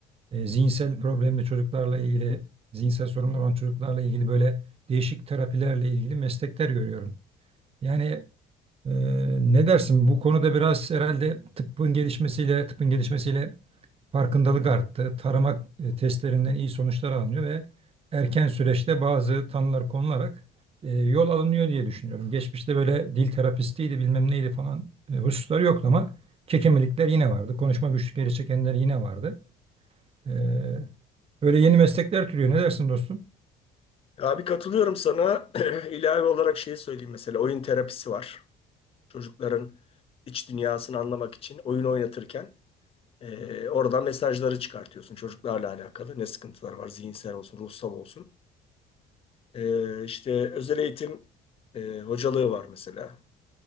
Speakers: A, on the right (about 35°); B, on the left (about 35°).
A: e, zihinsel problemli çocuklarla ilgili, zihinsel sorunlar olan çocuklarla ilgili böyle değişik terapilerle ilgili meslekler görüyorum. Yani ee, ne dersin? Bu konuda biraz herhalde tıbbın gelişmesiyle, tıbbın gelişmesiyle farkındalık arttı. Tarama e, testlerinden iyi sonuçlar alınıyor ve erken süreçte bazı tanılar konularak e, yol alınıyor diye düşünüyorum. Geçmişte böyle dil terapistiydi, bilmem neydi falan e, hususlar yoktu ama kekemelikler yine vardı. Konuşma güçlükleri çekenler yine vardı. Ee, böyle yeni meslekler türüyor. Ne dersin dostum?
B: Abi katılıyorum sana. <clears throat> İlave olarak şey söyleyeyim mesela. Oyun terapisi var. Çocukların iç dünyasını anlamak için oyun oynatırken e, oradan mesajları çıkartıyorsun. Çocuklarla alakalı ne sıkıntılar var zihinsel olsun, ruhsal olsun. E, işte özel eğitim e, hocalığı var mesela.